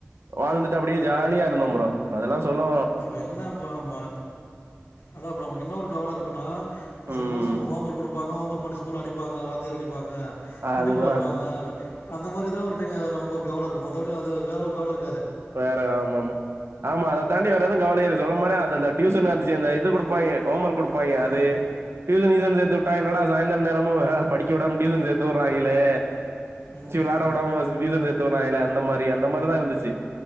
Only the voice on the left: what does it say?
அப்ப என்ன அப்ப அம்ம அதா அப்ப நமக்கு என்ன ஒரு கவல இருக்குன்னா
சப்போஸ் நமக்கு ஹோம் ஒர்க் குடுப்பாங்க ஹோம் ஒர்க் பாட்டு ஸ்கூல்ல அடிப்பாங்க வாத்தியார் அடிப்பாங்க முட்டி
போட வெப்பாங்க அந்த மாரிதா ஒருத்தங்க நமக்கு ஒரு கவல இருக்கு மத்தபடி அது வேற ஒரு கவல இருக்
ஆ.
ம்,
ம்.